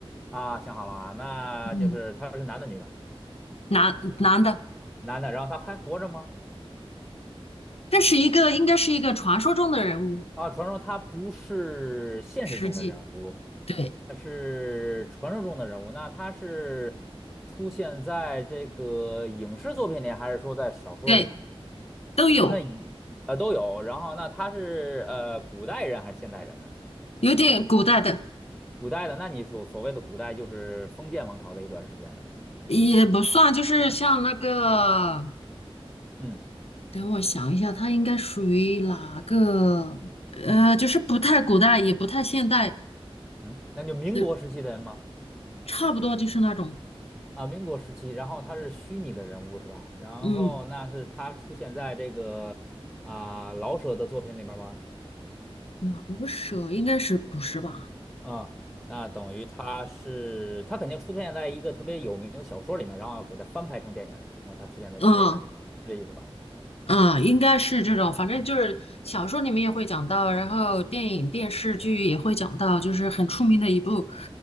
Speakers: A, in the centre; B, on the left.
A: 啊，想好了啊，那就是他是男的女的？
B: 嗯，男男的，
A: 男的，然后他还活着吗？
B: 这是一个应该是一个传说中的人物，
A: 啊，传说他不是现实中的人物，
B: 实际对
A: 他是传说中的人物。那他是出现在这个影视作品里，还是说在小说里面呢？
B: 对都有，
A: 就是那一呃都有。然后那他是呃古代人还是现代人呢？
B: 有点古代的
A: 古代的，那你所所谓的古代就是封建王朝的一段时间的呗。
B: 也不算，就是像那个，
A: 嗯
B: 等我想一下，他应该属于哪个？呃，
A: 嗯
B: 就是不太古代，也不太现代
A: 嗯，那就民国时期的人吗？
B: 的，差不多就是那种，
A: 啊，民国时期，然后他是虚拟的人物是吧？然后那是他出现在这个啊、
B: 嗯，
A: 老舍的作品里面吗？
B: 老舍应该是不是吧？
A: 嗯，那等于他是他肯定出现在一个特别有名的小说里面，然后给他翻拍成电影儿然后他出现在这个电影里，
B: 嗯，
A: 是这意思吧？
B: 啊，应该是这种，反正就是小说里面也会讲到，然后电影、电视剧也会讲到，就是很出名的一部